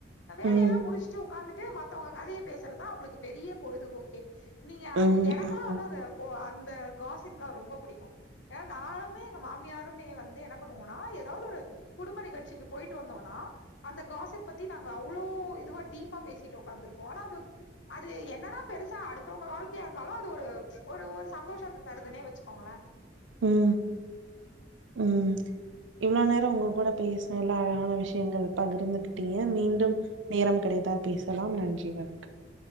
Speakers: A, on the left; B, on the right.
A: வேலையெல்லா
B: ம்
A: முடிச்சுட்டு உட்காந்துட்டு ட்டு மத்தவங்க கதையை பேசுறதுதான் அவங்களுக்கு பெரிய பொழுதுபோக்கே நீங்க
B: ம்
A: எனக்கெல்லா
B: ஆமா
A: வந்த அது போ அந்த காசிப்லாம் ரொம்ப பிடிக்கும் ஏன்னா நானுமே எங்க மாமியாருமே வந்து என்ன பண்ணுவோம்னா ஏதாவது ஒரு குடும்ப நிகழ்ச்சிக்கு போயிட்டு வந்தோம்னா அந்த காசிப் பத்தி நாங்க அவ்வளோ இதுவா டீப்பா பேசிட்டு உ்காந்துருக்கோம் ஆனா அது வந்து அது என்னன்னா பெருசா அடுத் தவங்க வாழ்க்கையா இருந்தாலும் அது ஒரு ஒரு ஒரு சந்தோஷத்தை தருதுனே வச்சுக்கோங்களேன்
B: உம் உம் இவ்ளோ நேரம் உங்க கூட பேசுனேன்ல அழகான விஷயம் நீங்கள் பகிர்ந்துகிட்டீங்க மீண்டும் நேரம் கிடைத்தால் பேசலாம் நன்றி வணக்கம்.